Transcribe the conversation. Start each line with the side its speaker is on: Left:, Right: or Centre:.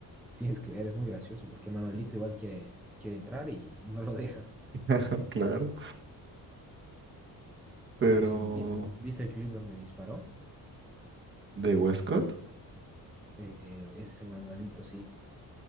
Centre: Tienes que ver, es muy gracioso, porque Manolito igual quiere, quiere entrar y, y no lo <laughs> dejan.
Right: <laughs> Claro. Pero.
Centre: Sí, ¿vis- ¿viste, el clip donde disparó?
Right: ¿De Huescar?
Centre: Eh, ese Manolito, sí,